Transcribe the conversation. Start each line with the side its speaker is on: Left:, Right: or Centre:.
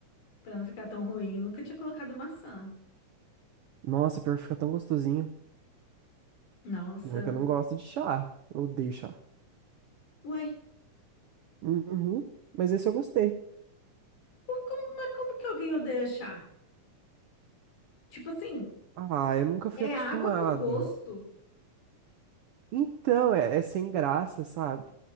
Left: pra não ficar tão ruim, nunca tinha colocado maçã.
Right: Nossa, pior que fica tão gostosinho.
Left: Nossa.
Right: E olha que eu não gosto de chá. Eu odeio chá.
Left: Uai,
Right: Uhum. Mas esse eu gostei.
Left: por como, mas como que alguém odeia chá? Tipo assim,
Right: Ah, eu nunca fui
Left: é
Right: acostumado.
Left: água com gosto.
Right: Então, é, é sem graça, sabe?